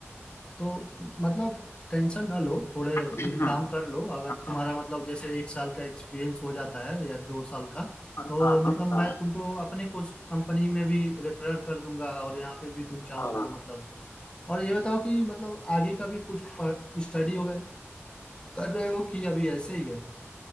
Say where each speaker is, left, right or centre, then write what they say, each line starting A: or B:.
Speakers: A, on the left; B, on the left.
A: तो मतलब टेंशन ना लो थोड़े
B: <clears throat>
A: दिन
B: हाँ
A: काम कर लो अगर
B: हाँ
A: तुम्हारा मतलब जैसे एक साल का एक्सपीरियंस हो जाता है या दो साल का
B: हाँ
A: तो
B: हाँ
A: मतलब
B: हाँ
A: मैं तुमको अपने कुछ कंपनी में भी रेफर कर दूंगा और यहाँ पे भी तुम चाहो
B: हाँ
A: तो मतलब और ये बताओ कि मतलब आगे का भी कुछ स्टडी वगैरह कर रहे हो कि अभी ऐसे ही है